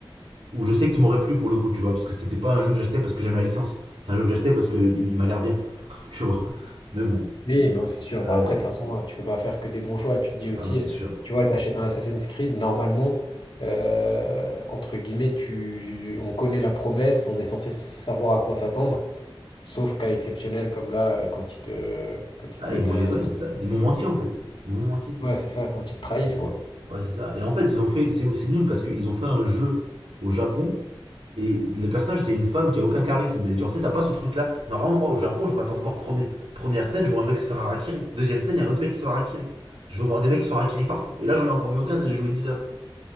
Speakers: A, on the right; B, on the left.
A: Où je sais qu'il m'aurait plu pour le coup, tu vois. Parce que c'était pas un jeu que j'achetais parce que j'aime la licence. C'est un jeu que j'achetais parce qu'il il m'a l'air bien, <laughs> tu vois. Mais bon.
B: Oui, non, c'est sûr.
A: Ouais,
B: Bah, après, de toute façon, euh, tu peux pas faire que des bons choix. Tu te dis aussi,
A: non, c'est sûr.
B: tu vois, t'achètes un Assassin's Creed, normalement, euh, entre guillemets, tu, on connaît la promesse, on est censé savoir à quoi s'attendre, sauf cas exceptionnel comme là, euh, quand ils te, quand ils
A: Ah,
B: te mettent
A: ils m'ont,
B: un...
A: ouais, c'est ça. Ils m'ont menti en fait. Ils m'ont menti.
B: Ouais, c'est ça, quand ils te trahissent,
A: Mais-
B: quoi.
A: Ouais, c'est ça. Et en fait, ils ont fait. C'est, c'est nul parce qu'ils ont fait un jeu au Japon et le personnage, c'est une femme qui a aucun charisme. Et genre, tu sais, t'as pas ce truc là. Normalement, moi au Japon, je m'attends de voir premier, première scène, je vois un mec se faire harakiri. Deuxième scène, il y a un autre mec qui se fait harakiri. Je veux voir des mecs qui se font harakiri partout. Et là, j'en ai encore vu aucun, et j'ai joué dix heures.